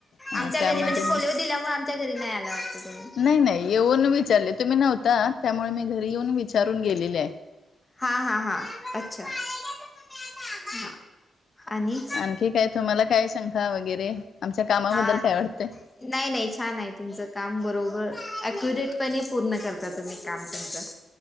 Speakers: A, on the left; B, on the left.
A: हा,
B: आमच्या
A: त्यामध्ये
B: घरी म्हणजे
A: म
B: पोलिओ दिल्यामुळं आ च्या घरी नाही आला वाटतं तुम्ही.
A: नाही नाही येऊन विचारले तुम्ही नव्हता त्यामुळे मी घरी येऊन विचारून गेलेले आहे.
B: हां हां हां अच्छा हा आणि
A: आणखी काय तुम्हाला काय शंका वगैरे, आमच्या कामाबद्दल
B: हा
A: काय वाटतंय?
B: नाही नाही छान आहे तुमचं काम बरोबर अक्युरेट पणे पूर्ण करता तुम्ही काम तुमचं.